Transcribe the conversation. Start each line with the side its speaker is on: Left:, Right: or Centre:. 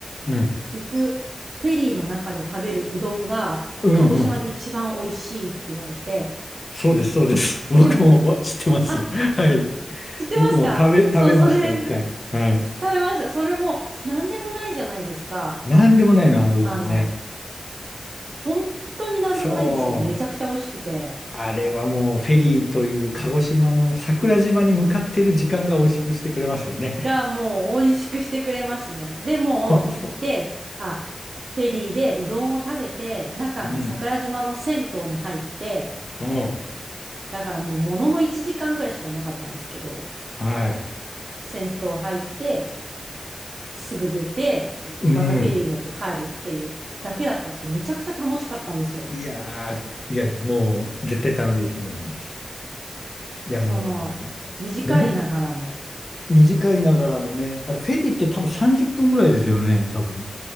Left: うん。
Right: 行くフェリーの中で食べるうどんが鹿児島で一番美味しいって言われて、
Left: うんうん。そうです、そうです。<laughs> 僕も知ってます。
Right: でも、あ、
Left: はい。
Right: 知ってますかそう、
Left: 僕も食べ、食べました、
Right: それ食
Left: 一回。はい。
Right: べました。それも何でもないじゃないですか。
Left: なんでもないの、あのうどんね。
Right: あの、本当に何でもないんですけど、
Left: そう。
Right: めちゃくちゃ美味しくて、
Left: あれはもうフェリーという鹿児島の桜島に向かってる時間が美味しくしてくれましたよね。
Right: がもう美味しくしてくれますね。で、もう行って、
Left: <laughs> そうそ
Right: あ、フェリーでうどんを食べて、中の桜島の銭湯に入って、
Left: う。うん。うん。
Right: だからもうものの1時間ぐらいしかいなかったんですけど、
Left: はい。
Right: 銭湯入って、すぐ出て、
Left: いうん。
Right: またフェリー乗って帰るっていうだけだったんですけど、めちゃくちゃ楽しかったんですよ。
Left: いやー、いや、もう絶対楽しいと思います。いや、
Right: その、
Left: も
Right: 短いながらも。
Left: う、もう短いながらもね、あれフェリーって多分30分ぐらいですよね、多分。